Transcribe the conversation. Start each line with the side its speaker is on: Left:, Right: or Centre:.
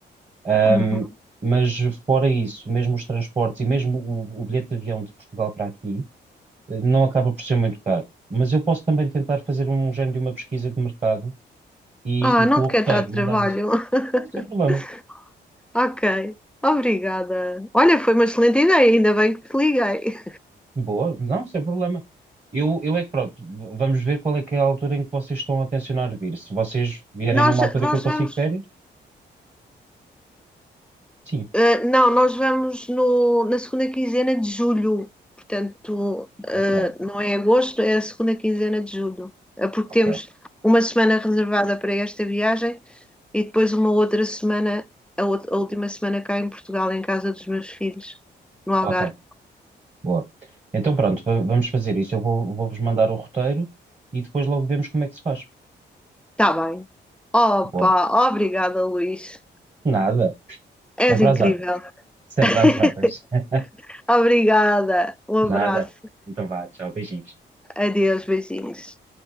Right: Ahm,
Centre: uhum.
Right: mas fora isso, mesmo os transportes e mesmo o, o bilhete de avião de Portugal para aqui, eh, não acaba por ser muito caro. Mas eu posso também tentar fazer um género de uma pesquisa de mercado e,
Centre: Ah,
Right: e
Centre: não
Right: com o
Centre: te
Right: roteiro
Centre: quero dar trabalho.
Right: mandar isso.
Centre: <laughs>
Right: Não, sem problema.
Centre: Ok. Obrigada. Olha, foi uma excelente ideia, ainda bem que te liguei.
Right: Boa, não, sem problema. Eu, eu é que pronto, v- vamos ver qual é que é a altura em que vocês estão a tencionar vir. Se vocês vierem
Centre: Nós,
Right: numa altura
Centre: nós
Right: que eu consigo
Centre: vamos,
Right: férias, sim.
Centre: eh, não, nós vamos no, na segunda quinzena de julho, portanto, eh,
Right: Ok,
Centre: não é agosto, é a segunda quinzena de julho, Eh, porque
Right: ok,
Centre: temos uma semana reservada para esta viagem e depois uma outra semana, a, ou- a última semana cá em Portugal, em casa dos meus filhos, no Algarve.
Right: ok, boa. Então pronto, va- vamos fazer isso. Eu vou, vou-vos mandar o roteiro e depois logo vemos como é que se faz.
Centre: Está bem. Opa,
Right: Boa.
Centre: obrigada, Luís.
Right: Nada,
Centre: És
Right: sempre
Centre: incrível.
Right: às ordens. Sempre
Centre: <laughs>
Right: às ordens. <laughs>
Centre: Obrigada. Um
Right: Nada.
Centre: abraço.
Right: Então vá, tchau, beijinhos.
Centre: Adeus, beijinhos.